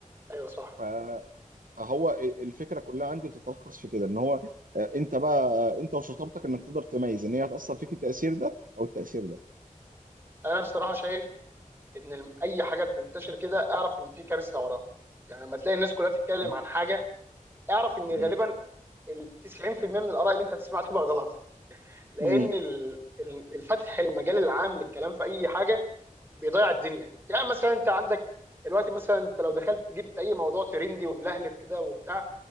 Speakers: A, on the right; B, on the right.
A: ايوه صح
B: ف- فهو الفكره كلها عندي بتتلخص في كده ان هو آه، انت بقى انت وشطارتك انك تقدر تميز ان هي هتاثر فيك التاثير ده او التاثير ده
A: انا بصراحه شايف ان الم- اي حاجه بتنتشر كده اعرف ان في كارثه وراها يعني لما تلاقي الناس كلها بتتكلم
B: م-
A: عن حاجه اعرف ان
B: م-
A: غالبا ال 90% من الاراء اللي انت هتسمعها تبقى غلط لان
B: م-
A: ال- ال- الفتح المجال العام للكلام في اي حاجه بيضيع الدنيا يعني مثلا انت عندك دلوقتي مثلا انت لو دخلت جبت اي موضوع ترندي وملهلب كده وبتاع